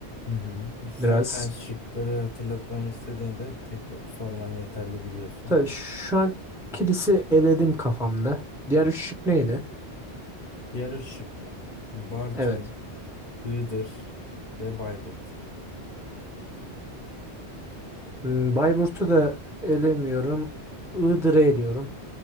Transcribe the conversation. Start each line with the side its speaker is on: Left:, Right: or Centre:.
Left: Hı hı. İstersen
Centre: biraz.
Left: şıkları hatırlatmamı istediğinde tekrar sorman yeterli biliyorsun.
Centre: Tabii şu an kilisi eledim kafamda. Diğer üç şık neydi?
Left: Diğer üç şık mı? Bartın,
Centre: Evet.
Left: Iğdır ve Bayburt.
Centre: Hmm, Bayburt'u da elemiyorum. Iğdır'ı eliyorum.